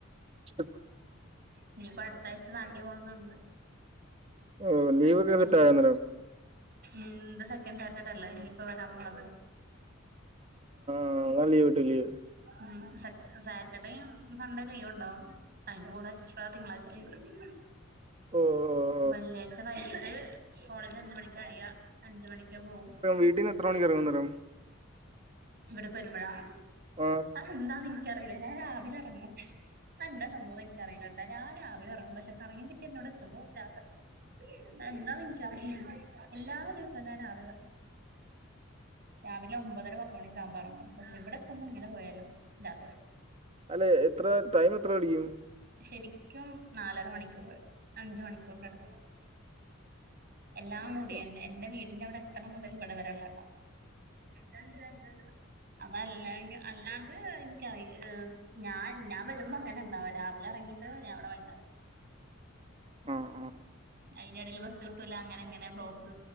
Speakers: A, on the right; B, on the right.
A: <unintelligible>
B: ഇനിയിപ്പോ അടുത്താഴ്ച നാട്ടിൽ പോണുന്നുണ്ട്
A: ഓ ലീവൊക്കെ
B: അടുത്ത
A: സെറ്റ്
B: ഇനു
A: ആയോ അന്നേരം
B: ഉം ഇത് സെക്കൻഡ് സ്റ്റാറ്റർഡ അല്ല ഇനിയിപ്പോ വരാൻ പോണത്.
A: ആഹ് നാ ലീവട്ടൂലെയോ.
B: ഉം സാറ്റർഡേയും സൺഡേയും ലീവ് ഉണ്ടാവും അതിന്റെ കൂടെ എക്സ്ട്രാ തിങ്കളാഴ്ച ലീവ് എടുക്കും.
A: ഓ ഓഹ്
B: വെള്ളിയാഴ്ച വൈകിട്ട് കോളേജ് അഞ്ച് മണിക്ക കഴിയ അഞ്ച് മണിക് പോവും.
A: വീട്ടിന്. എത്ര മണിക്കൂർ നേരം
B: ഇവിടക്ക് വരുമ്പോളാ.
A: ആഹ്.
B: എന്താന്ന് എനിക്കറിയില്ല ഞാൻ രാവിലെ ഇറങ്ങും. എന്ന സംഭവന്ന് എനിക്കറിയില്ലട്ടാ ഞാൻ രാവിലെ ഇറങ്ങും പക്ഷെ കറങ്ങി അവിടെ എത്തുമ്പോ രാത്രി. എന്താന് എനിക്കറില്ല എല്ലാ ദിവസവും ഞാൻ രാവില. രാവിലെ ഒമ്പതര പത്തുമണിക്ക ആവുമ്പോറങ്ങും പക്ഷെ ഇവിടെ എത്തുമ്പോ എങ്ങനെ പോയാലും രാത്രി.
A: അല്ലെ എത്ര ടൈം എത്ര പിടിക്കും.
B: ശരിക്കും നാലര മണിക്കൂർ അഞ്ച് മണിക്കൂറിന്റെ അടുത്ത്. എല്ലാം കൂടി
A: ആ
B: എൻറെ വീടിന്റെ അവിടെ എതണ മുതൽ ഇവിടെ വരുള്ളാട്ടോ. രണ്ട് രണ്ട് രണ്ട്. അതല്ല അല്ലാണ്ട് എനിക്കറി ഞാൻ ഞാൻ വരുമ്പോ അങ്ങനെ ഉണ്ടാവ രാവിലെ. ഇറങ്ങിട്ട് ഞാ ഇവിടെ വൈനാരം.
A: ആ ആ
B: അയിന്റടിയിൽ ബസ് കിട്ടൂല അങ്ങനെ ഇങ്ങെ ബ്ലോക്ക്